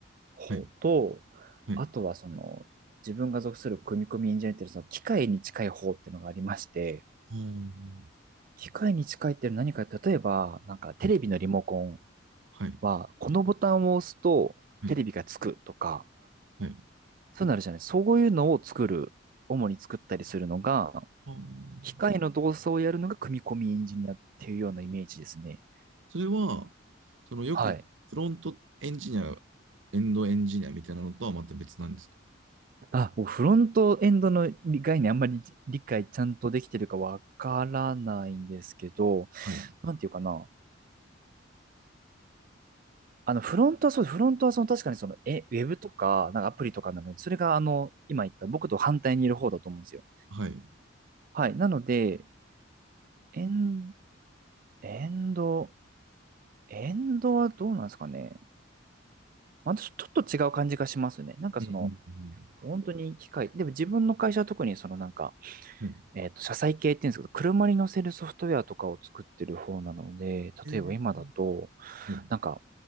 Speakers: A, on the right; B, on the right.
A: 方と、
B: い。はい。
A: あとはその、自分が属する組み込みエンジニアっていうその機械に近い方っていうのがありまして、
B: あー
A: 機械に近いっていうのは何か、例えば、なんかテレビのリモコン
B: はい。
A: は、このボタンを押すとテレビがつくとか、
B: はい。はい。
A: そうなるじゃない。そういうのを作る、主に作ったりするのが、
B: あー
A: 機械の動作をやるのが組み込みエンジニアっていうようなイメージですね。
B: それは、そのよくフロントエンジニア、
A: はい。
B: エンドエンジニアみたいなのとはまた別なんですか
A: あ、もうフロントエンドの概念あんまり理解ちゃんとできてるかわからないんですけど、
B: はい。
A: なんていうかな。あの、フロントはそう、フロントはその確かにその、え、ウェブとか、なんかアプリとかなので、それがあの、今言った僕と反対にいる方だと思うんですよ。
B: はい。うん
A: はい。なので、エンエンド、エンドはどうなんですかね。またちょっと違う感じがしますね。なんかその、
B: うん
A: 本当に機械、でも自分の会社は特にそのなんか、
B: うん。はい。
A: えっと、車載系って言うんですけど、車に乗せるソフトウェアとかを作ってる方なので、
B: えー、
A: 例えば今だと、
B: はい。
A: なんか、